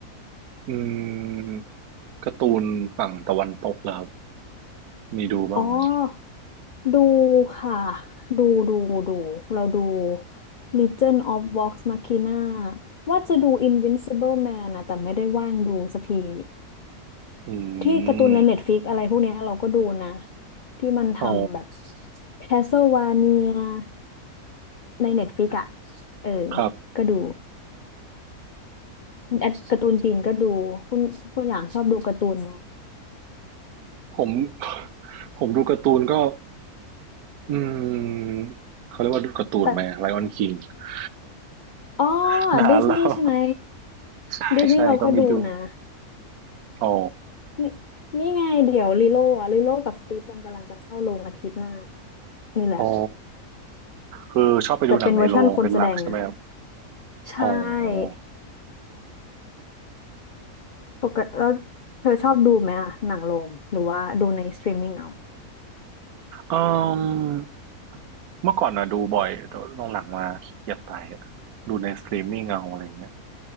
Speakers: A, on the right; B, on the left.
A: อืมการ์ตูนฝั่งตะวันตกล่ะครับมีดูบ้างไหม
B: อ๋อ ดูค่ะดูดูดูเราดู Legion of Vox Machina ว่าจะดู Invincible Man นะแต่ไม่ได้ว่างดูสักที
A: อื
B: ที่การ์ตูนใน
A: ม
B: Netflix อะไรพวกเนี้ยเราก็ดูนะที่มันทำแบบ
A: อ๋อ
B: Castlevania ใน Netflix อ่ะเออ
A: ครับ
B: ก็ดูแอดการ์ตูนจีนก็ดูคุณคุณอย่างชอบดูการ์ตูน
A: ผม <laughs> ผมดูการ์ตูนก็ อืม เขาเรียกว่าดูการ์ตูนไหม
B: แต่
A: Lion King <laughs> นคิง
B: อ๋อ
A: <laughs> นานแล้ว
B: ดิสนีย์ใช่ไหม
A: ใช่ใช่ก็มีดู
B: ดิสนีย์เราก็ดูนะ
A: อ๋อ
B: นี่นี่ไง เดี๋ยวลิโลอะลิโลกับสติฟมันกำลังจะเข้าโรงอาทิตย์หน้า นี่แหละ
A: อ๋อ คือชอบไปดูหนังในโรงเป็นหลักใช่ไหมครับ
B: แต่เป็นเวอร์ชั่นคนแสดงนะ ใช่
A: อ๋อ
B: ปกติแล้วเธอชอบดูไหมอะหนังโรง หรือว่าดูในสตรีมมิ่งเอา
A: อืมเมื่อก่อนน่ะดูบ่อยแต่หลังๆมาขี้เกียจไปอะดูในสตรีมมิ่งเอาอะไรเงี้ย